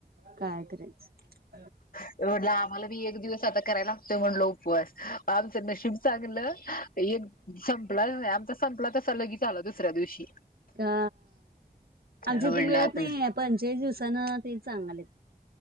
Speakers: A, on the right (about 70°); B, on the left (about 60°).
A: काय करायचं.
B: म्हटलं आम्हाला बी एक दिवस आता करायला लागतोय मनलं उप वास आमचं नशीब चांगलं एक संपला आमचा संपला, तसा लगेच आला दुसऱ्या दिवशी
A: का
B: हं
A: आमच्या
B: म्हणलं,
A: इथे मिळत
B: आपलं
A: नाही पंचेचाळीस दिवसान ते चांगलेत